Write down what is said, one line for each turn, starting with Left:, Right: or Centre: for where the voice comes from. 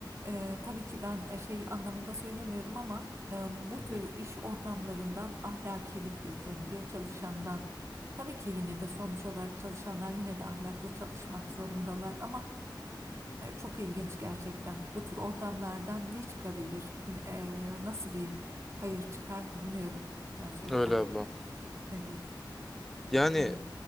Right: e, tabii ki ben şey anlamında söylemiyorum ama e, bu
Centre: hı hı.
Right: tür iş ortamlarından ahlakilik bekleniliyor çalışandan. Tabii ki yine de sonuç olarak çalışanlar yine de ahlaklı çalışmak zorundalar ama e, çok ilginç gerçekten. Bu tür ortamlardan ne çıkabilir? E, nasıl bir hayır çıkar bilmiyorum gerçekten.
Centre: Öyle abla.
Right: Evet.
Centre: Yani
Right: Evet.